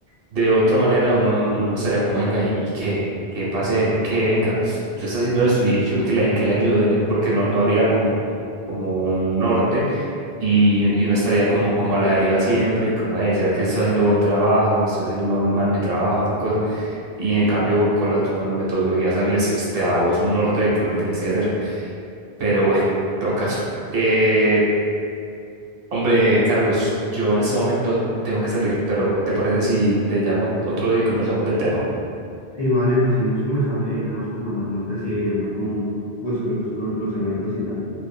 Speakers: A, on the right; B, on the left.
A: De otra manera, uno, uno estaría como, venga, y, y qué, qué pasero, qué venga, usted está haciendo esto y, y yo ¿en qué le, en qué le ayudo, venga, porque no, no habría como, como un norte y, y uno estaría como, como a la deriva siempre, y como, hey, ¿será que estoy haciendo buen trabajo? ¿Estoy haciendo mal, mal mi trabajo? Tal cosa. Y en cambio, con las, con las metodologías ágiles, pues te da a vos un norte de qué es lo que tenés que hacer. Pero bueno, <laughs> en todo caso. Eh, hombre, Carlos, yo en este momento tengo que salir, pero ¿te parece si te llamo otro día y conversamos del tema?
B: Sí, vale, nos seguimos conversando y ahí me vas contando cómo te sigue yendo con, pues, con los, los eventos y tal.